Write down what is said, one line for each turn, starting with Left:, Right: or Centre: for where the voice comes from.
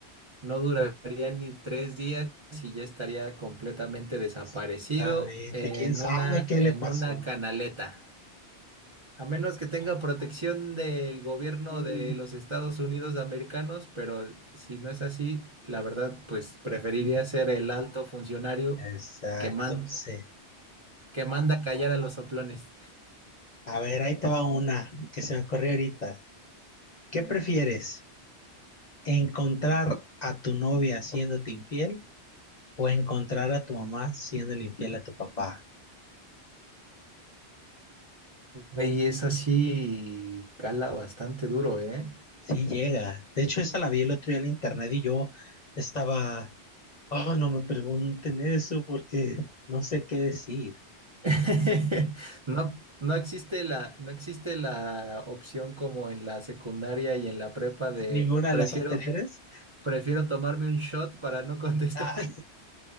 Right: no duraría ni tres días y ya estaría completamente desaparecido
Left: Exactamente,
Right: en
Left: quién sabe
Right: una,
Left: qué
Right: en
Left: le pasó.
Right: una canaleta. A menos que tenga protección del gobierno
Left: Mm,
Right: de los Estados Unidos americanos, pero si no es así, la verdad, pues preferiría
Left: mm.
Right: ser el alto funcionario
Left: Exacto,
Right: que man-
Left: sí.
Right: que manda callar a los soplones.
Left: A ver, ahí te va una que se me ocurrió ahorita. ¿Qué prefieres? ¿Encontrar a tu novia siéndote infiel o encontrar a tu mamá siéndole infiel a tu papá?
Right: Y es así, cala bastante duro, ¿eh?
Left: Sí llega. De hecho, esa la vi el otro día en internet y yo estaba, oh, no me pregunten eso porque no sé qué decir.
Right: <laughs> No, no existe la, no existe la opción como en la secundaria y en la prepa de
Left: Ninguna de
Right: prefiero,
Left: las anteriores.
Right: prefiero tomarme un shot para no contestar.
Left: Ah,